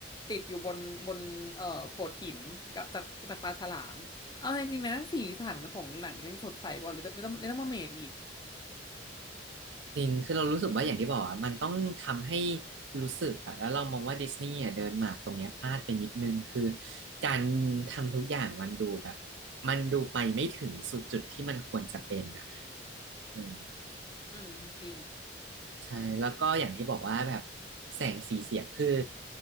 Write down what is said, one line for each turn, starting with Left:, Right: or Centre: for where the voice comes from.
Left: ติดอยู่บนบนเอ่อโขดหินกับจากจากปลาฉลามเอาจริงๆนะสีสันของหนังยังสดใสกว่าลิตเติ้ลลิตเติ้ลมาเมดอีก
Right: จริงคือเรารู้สึกว่าอย่างที่บอกอ่ะมันต้องทำให้รู้สึกอ่ะแล้วเรามองว่าดิสนีย์อ่ะเดินหมากตรงเนี้ยพลาดไปนิดนึงคือการทำทุกอย่างมันดูแบบมันดูไปไม่ถึงสุดจุดที่มันควรจะเป็นอ่ะอืม
Left: อืมจริง
Right: ใช่แล้วก็อย่างที่บอกว่าแบบแสงสีเสียงคือ